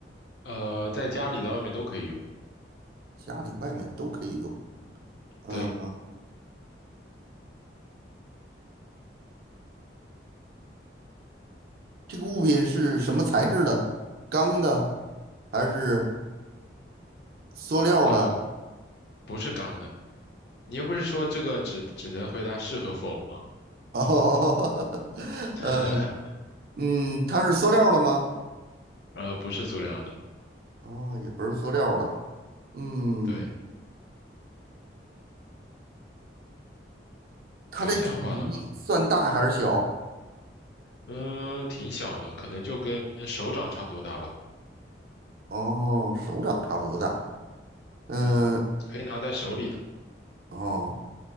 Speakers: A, on the left; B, on the right.
A: 呃，在家里，在外面都可以用。
B: 家里、外面都可以用。嗯、
A: 对，
B: 这个物品是什么材质的？钢的还是塑料的？
A: 呃，
B: <laughs>
A: 不是钢的。你又不是说这个只只能回答是和否吗？
B: 哦，
A: <laughs>
B: 呃，嗯，它是塑料的吗？
A: 呃，不是塑料的。
B: 哦，也不是塑料的。嗯，
A: 对，
B: 它的体积算大还是小？
A: 有想法了吗？呃，挺小的，可能就跟手掌差不多大吧。
B: 哦，手掌差不多大。嗯，
A: 嗯，可以拿在手里的。
B: 哦。